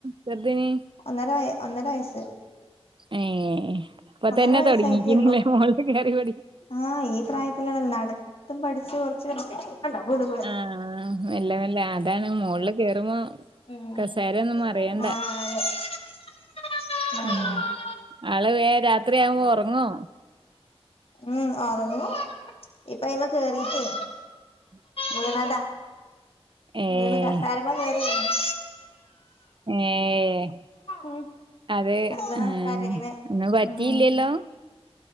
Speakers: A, on the right (about 50°); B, on the left (about 60°).
A: ചെറുതിന്?
B: ഒന്നര വയസ്സ്
A: ഏഹേ ഇപ്പൊ
B: ഒന്നര
A: തന്നെ
B: വയസ്സായിട്ടേ
A: തൊടങ്ങിക്കുന്നുലേ
B: ഉള്ളൂ
A: മോള്ക്ക് കേറിപഠി
B: ആഹ് ഈ പ്രായത്തിലാണല്ലോ നടത്തും പഠിച്ച കൊറച്ച് കൊറച്ച് കണ്ടോ വീട്
A: ആഹ് നല്ല നല്ല അതാണ് മുകളിൽ കേറുമ്പോ
B: ആഹ്
A: കസേരയൊന്നും മറിയണ്ട.
B: അതെ ആഹ്
A: ഉം. ആള് വേഗം രാത്രിയാവുമ്പോ ഉറങ്ങോ?
B: ഉം ഉറങ്ങും ഇപ്പ അയിമെ കേറീട്ടേ
A: ഉം
B: വീണതാ
A: ഏഹ്.
B: വീണ് കസേരമെ കേറേരുന്നു
A: ഏഹ്
B: ഉം
A: അതെ
B: അതാ
A: ഏഹ്
B: കരയണ്
A: ഒന്നും പറ്റിയില്ലല്ലോ
B: ഉം